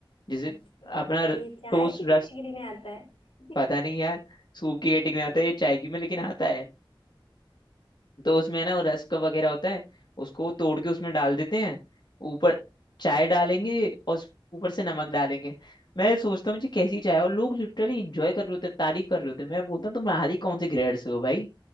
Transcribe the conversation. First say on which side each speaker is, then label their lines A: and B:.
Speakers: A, on the left (about 55°); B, on the left (about 85°).
A: जैसे
B: अच्छा
A: अपना
B: ये चाय
A: टोस्ट
B: की कैटेगरी
A: रस्क
B: में आता है
A: पता नहीं यार सूप की कैटेगरी में आता है ये चाय की में लेकिन आता है तो उसमें है ना वो रस्क वगैरह होता है उसको तोड़ के उसमें डाल देते हैं ऊपर चाय डालेंगे और उस- ऊपर से नमक डालेंगे मैं सोचता हूँ जी कैसी चाय है, और लोग लिटरली इंजॉय कर रहे होते हैं तारीफ कर रहे होते हैं मैं बोलता हूँ तुम नहारी कौन से ग्रेड से हो भाई